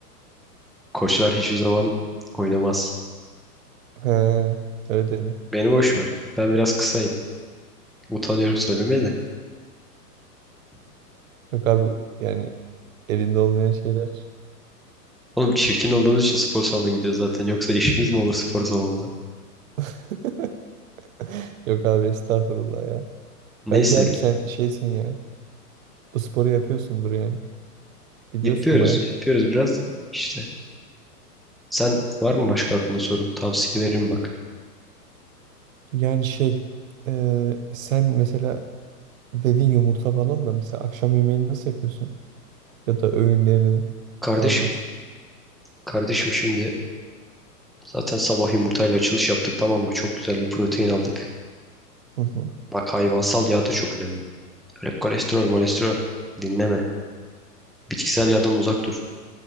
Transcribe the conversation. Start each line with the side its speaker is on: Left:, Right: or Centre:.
Centre: koçlar hiçbir zaman oynamaz.
Right: He, ödeli.
Centre: Beni boş ver. Ben biraz kısayım. Utanıyorum söylemeye de.
Right: Yok abi yani elinde olmayan şeyler.
Centre: Oğlum çirkin olduğumuz için spor salonuna gidiyoruz zaten. Yoksa işimiz mi olur spor salonunda?
Right: <laughs> Yok abi estağfurullah ya.
Centre: Neyse
Right: Bence abi sen şeysin ya. Bu sporu yapıyorsundur yani. Biliyorsun
Centre: yapıyoruz.
Right: baya.
Centre: Yapıyoruz biraz işte. Sen var mı başka aklında soru? Tavsiye veririm bak.
Right: Yani şey eee, sen mesela dedin yumurta falan da mesela akşam yemeğini nasıl yapıyorsun? Ya da öğünlerini
Centre: Kardeşim.
Right: daha doğrusu.
Centre: Kardeşim şimdi zaten sabah yumurtayla açılış yaptık tamam mı? Çok güzel bir protein aldık.
Right: Hı hı.
Centre: Bak hayvansal yağ da çok önemli. Öyle kolesterol, molesterol dinleme. Bitkisel yağdan uzak dur.